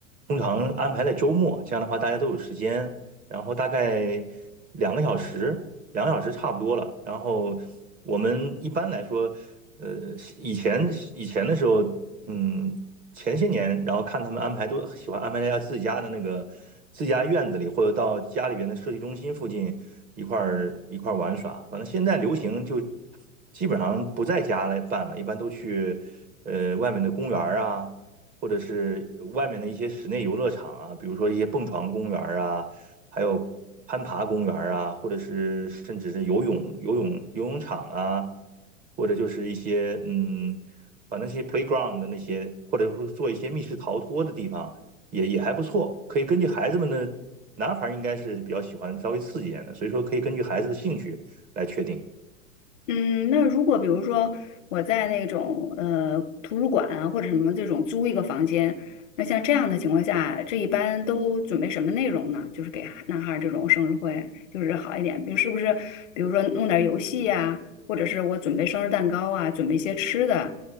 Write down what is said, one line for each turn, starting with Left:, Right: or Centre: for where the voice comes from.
Right: 通常安排在周末，这样的话大家都有时间，然后大概两个小时，两个小时差不多了。然后我们一般来说，呃，以前以前的时候，嗯。前些年，然后看他们安排都喜欢安排在家自己家的那个自己家院子里，或者到家里边的设计中心附近一块儿一块儿玩耍。反正现在流行就基本上不在家来办了，一般都去呃外面的公园儿啊，或者是外面的一些室内游乐场啊，比如说一些蹦床公园儿啊，还有攀爬公园啊，或者是甚至是游泳、游泳、游泳场啊，或者就是一些嗯，把那些 playground 的那些，或者说做一些密室逃脱的地方，也也还不错，可以根据孩子们的，男孩儿应该是比较喜欢稍微刺激一点的，所以说可以根据孩子的兴趣来确定。
Left: 嗯，那如果比如说我在那种呃图书馆啊或者什么这种租一个房间，那像这样的情况下，这一般都准备什么内容呢？就是给孩男孩儿这种生日会，就是好一点，比如是不是，比如说弄点儿游戏呀、或者是我准备生日蛋糕啊，准备一些吃的，